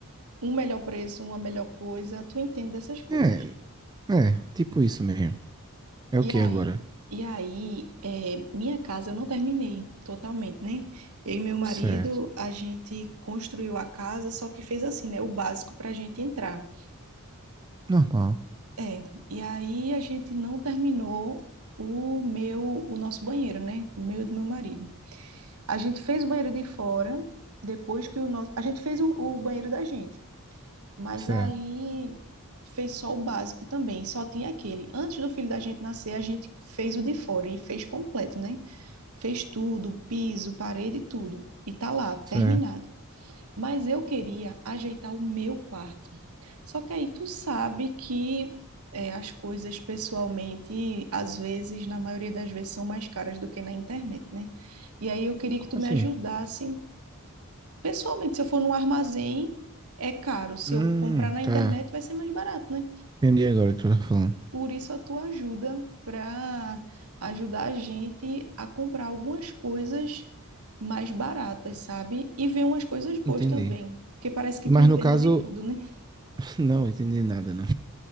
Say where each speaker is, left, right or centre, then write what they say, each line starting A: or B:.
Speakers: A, on the right (about 80°); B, on the right (about 20°).
A: um melhor preço, uma melhor coisa, tu entende dessas coisas.
B: É, é, tipo isso mesmo. É
A: E
B: o que
A: aí,
B: agora?
A: e aí, é, minha casa eu não terminei totalmente, né? Eu e meu marido,
B: Certo.
A: a gente construiu a casa, só que fez assim, né? O básico para a gente entrar.
B: Normal.
A: É, e aí a gente não terminou o meu, o nosso banheiro, né? O meu e do meu marido. A gente fez o banheiro de fora, depois que o nosso, a gente fez o, o banheiro da gente. Mas
B: Certo,
A: aí fez só o básico também, só tinha aquele. Antes do filho da gente nascer, a gente fez o de fora e fez completo, né? Fez tudo, piso, parede, tudo. E tá lá, terminado.
B: certo.
A: Mas eu queria ajeitar o meu quarto. Só que aí tu sabe que é, as coisas pessoalmente, às vezes, na maioria das vezes, são mais caras do que na internet, né? E aí eu queria
B: Como
A: que tu
B: assim?
A: me ajudasse Pessoalmente, se eu for num armazém, é caro. Se
B: Hum,
A: eu comprar na internet,
B: tá.
A: vai ser mais barato, né?
B: Entendi agora o que tu tá falando.
A: Por isso a tua ajuda para ajudar a gente a comprar algumas coisas mais baratas, sabe? E ver umas coisas boas
B: Entendi.
A: também, porque parece que
B: Mas
A: tu entende
B: no caso,
A: de tudo, né?
B: <laughs> não entendi nada, não.